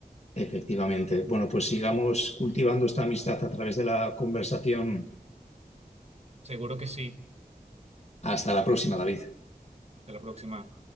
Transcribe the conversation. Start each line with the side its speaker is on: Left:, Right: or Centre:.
Left: efectivamente. Bueno, pues sigamos cultivando esta amistad a través de la conversación.
Right: Seguro que sí.
Left: Hasta la próxima, David.
Right: Hasta la próxima.